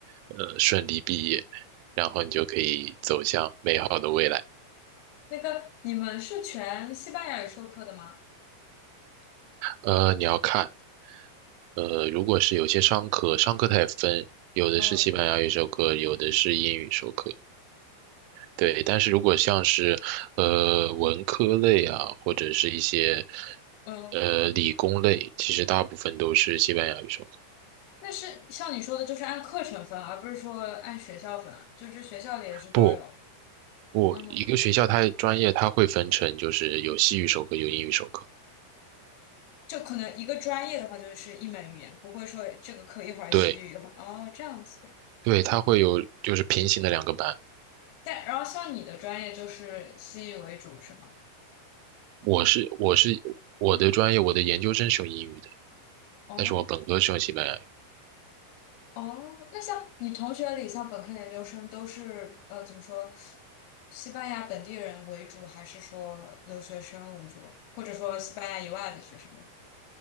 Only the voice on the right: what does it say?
呃顺利毕业，然后你就可以走向美好的未来。
呃，你要看。呃，如果是有些商科，商科它也分，有的是西班牙语授课，
有的是英语授课，对，但是如果像是呃文科类啊，或者是一些
呃理工类，其实大部分都是西班牙语授课。
不，不，
一个学校它专业它会分成，就是有西语授课，有英语授课。
对
对，它会有就是平行的两个班。
我是我是我的专业，我的研究生是用英语的，
但是我本科是用西班牙语。